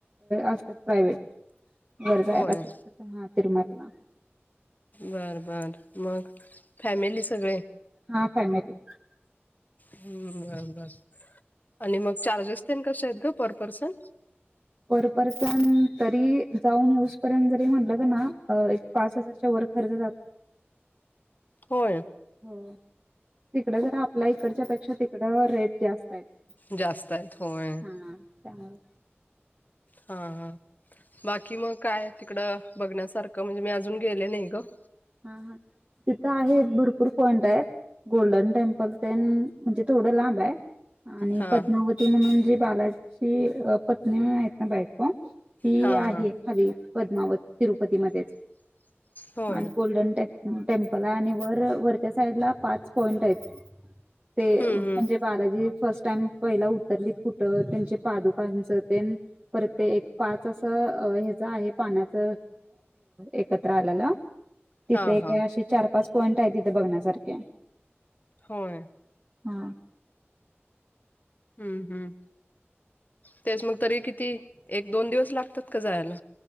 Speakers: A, on the right (about 30°); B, on the left (about 40°).
A: असतांत प्रायव्हेट वरं जायंला
B: होय
A: हां तिरमांरला.
B: बरं बरं मगं. फॅमिली सगळें?
A: हां फॅमिली.
B: हम्मं बरं बरं. आणि मगं चार्जेस ते कसे आहेत गं परं पर्सन?
A: परं पर्सन तरी जाऊंन असं पर्यंत म्हनलं तरं नां. पांच हजारांच्या वरं खर्च जातं
B: होयं
A: हो तिकडं जरं आपल्या इकडच्यां पेक्षा तिकडं रेटं जास्तं आहेंतं.
B: जास्तं आहेतं होयं.
A: हां त्यामुळें
B: हां हां बाकी मगं कायं तिकडं बघण्यांसारखं म्हणजे मी अजूंन गेले नाहीं गं.
A: हां हां तिथं आहे भरंपूर पॉइंट आहेतं. गोल्डन टेम्पल ते म्हणजे थोड लांब आहे आणि
B: हा
A: पद्मावती ती म्हणून जी बालाची पत्नी आहेत ना बायको ती
B: हा
A: आहे.
B: हा
A: खाली पद्मावत तिरुपतीमध्येच
B: होय
A: आणि गोल्डने टेम-टेम्पल आहे आणि वर वरच्या साईड ला पाच पॉईंट आहेत. ते
B: हम्म
A: म्हणजे
B: हम्म
A: बालाजी फर्स्ट टाइम पहिला उतरलीत कुठं त्यांचे पादुकांच ते. परत ते एक पाच असं ह ज आहे पाण्याच एकत्र आल्यालं. तिथे
B: हा
A: काय
B: हा
A: अशे चार पाच पॉइंट आहे तिथे बघण्यासारखे
B: होय
A: हा
B: हम्म हम् तेच मग तरी किती एक दोन दिवस लागतात का जायला